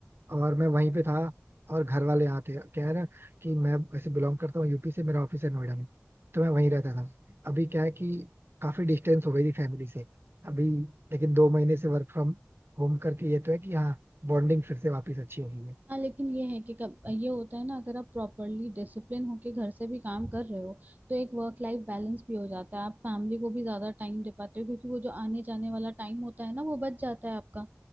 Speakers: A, on the right; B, on the right.
A: और मैं वहीं पे था और घर वाले यहाँ थे क्या है ना कि मैं वैसे बिलोंग करता हूँ यूपी से मेरा ऑफिस है नोएडा में तो मैं वहीं रहता था अभी क्या है कि काफी डिस्टेंस हो गई थी फैमिली से अभी लेकिन दो महीने से वर्क फ्रॉम होम करके ये तो है कि हाँ बॉन्डिंग फिर से वापस अच्छी हो गई है
B: हाँ, लेकिन ये है कि कब ये होता है ना अगर आप प्रॉपरली डिसिप्लिन होके घर से भी काम कर रहे हो तो एक वर्क लाइफ बैलेंस भी हो जाता है आप फैमिली को भी ज्यादा टाइम दे पाते हो क्योंकि वो जो आने जाने वाला टाइम होता है ना वो बच जाता है आपका